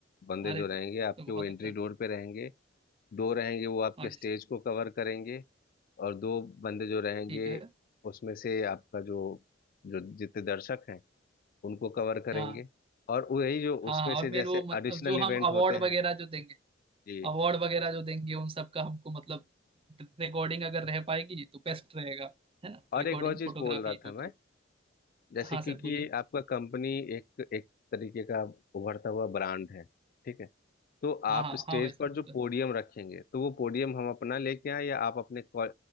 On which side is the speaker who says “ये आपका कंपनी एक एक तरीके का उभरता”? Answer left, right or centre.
Left